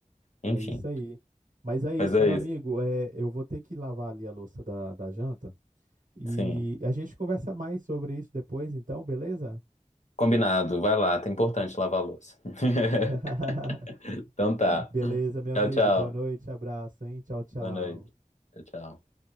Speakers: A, on the left; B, on the right.
A: Enfim,
B: É isso aí. Mas é isso,
A: mas é
B: meu amigo.
A: isso.
B: É, eu vou ter que lavar ali a louça da, da janta. E
A: Sim.
B: a gente conversa mais sobre isso depois, então, beleza?
A: Combinado, vai lá, tá importante lavar a louça. <laughs>
B: <laughs>
A: Então tá.
B: Beleza, meu
A: Tchau,
B: amigo.
A: tchau.
B: Boa noite, abraço, hein? Tchau, tchau.
A: Boa noite. Tchau.